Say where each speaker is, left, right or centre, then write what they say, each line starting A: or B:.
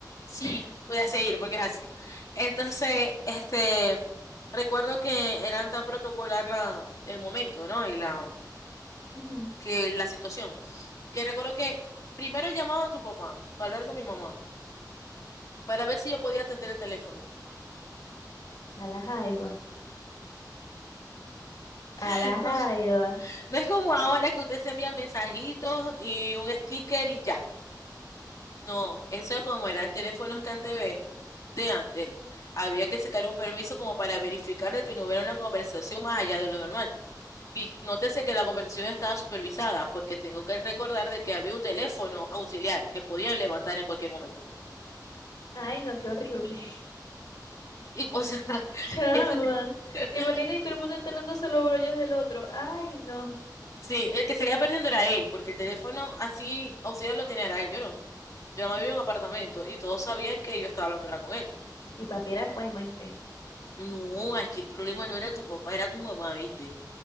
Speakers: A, on the left; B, on the left.
A: Sí,
B: <laughs>
A: voy a seguir porque es así. Entonces, este, recuerdo que eran tan protocolar la, el momento, ¿no? Y la,
B: Ujú.
A: que la situación. Que recuerdo que primero llamaba a tu papá para hablar con mi mamá, para ver si yo podía atender el teléfono.
B: A la jaiba.
A: <laughs>
B: A la jaiba.
A: No es como ahora que usted se envía mensajitos y un sticker y ya. No, eso como eran teléfonos que antes ve- de antes. Había que sacar un permiso como para verificar de que no hubiera una conversación más allá de lo normal. Y nótese que la conversación estaba supervisada, porque tengo que recordar de que había un teléfono auxiliar que podían levantar en cualquier momento.
B: Ay, no, qué horrible. <laughs>
A: Y, o sea, <laughs>
B: Chama.
A: ese, t- <laughs>
B: ¿Te imaginas y todo el mundo enterándose los brollos del otro? Ay, no.
A: sí, el que salía perdiendo era él, porque el teléfono así auxiliar lo tenía era él, yo no. Yo no
B: Mm.
A: vivía en un apartamento y todos sabían que yo estaba hablando era con él.
B: Y papi era cuaimo, ¿viste?
A: No, es que el problema no era tu papá, era tu mamá, ¿viste?